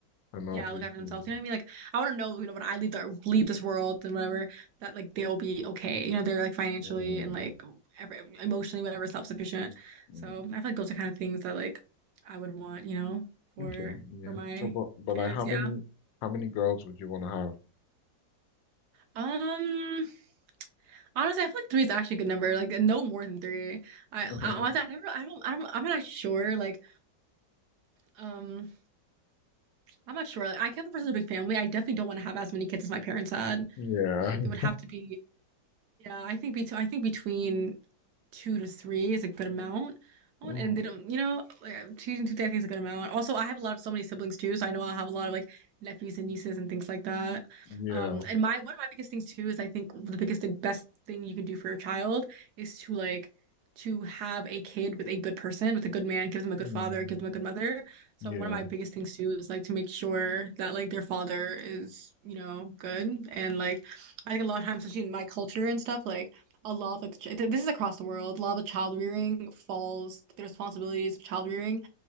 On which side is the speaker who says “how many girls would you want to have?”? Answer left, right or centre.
Left